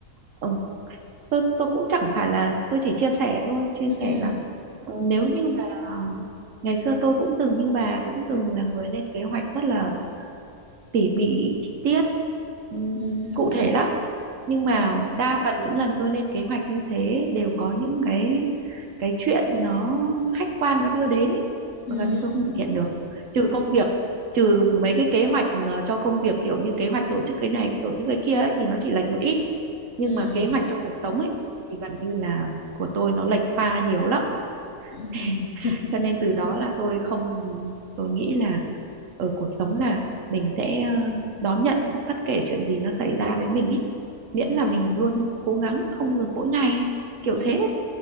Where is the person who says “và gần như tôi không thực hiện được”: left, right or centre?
Right